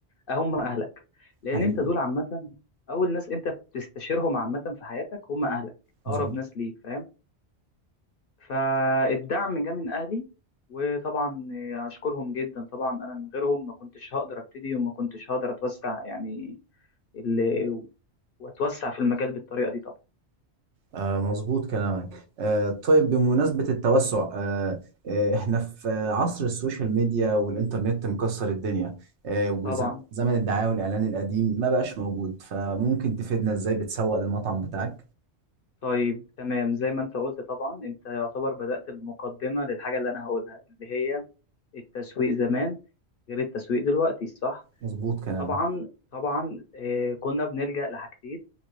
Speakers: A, on the left (about 60°); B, on the right (about 75°).
A: هم اهلك لان
B: حقيقي
A: انت دول عامة اول ناس انت بتستشيرهم عامة في حياتك هم اهلك
B: مظبوط
A: اقرب ناس ليك فاهم فالدعم جه من اهلي وطبعا اشكرهم جدا طبعا انا من غيرهم ما كنتش هقدر ابتدي وما كنتش هقدر اتوسع يعني ال- واتوسع في المجال بالطريقة دي طبعا
B: آه مظبوط كلامك آه طيب بمناسبة التوسع آه آه احنا في آه، عصر السوشيال ميديا والإنترنت مكسر الدنيا آه وزمن
A: طبعا
B: الدعاية والإعلان القديم ما بقاش موجود فممكن تفيدنا ازاي بتسوق للمطعم بتاعك
A: طيب تمام زي ما انت قلت طبعا انت يعتبر بدأت المقدمة للحاجة اللي انا هقولها اللي هي التسويق زمان غير التسويق دلوقتي صح
B: مظبوط كلامك
A: طبعا طبعا آه كنا بنلجأ لحاجتين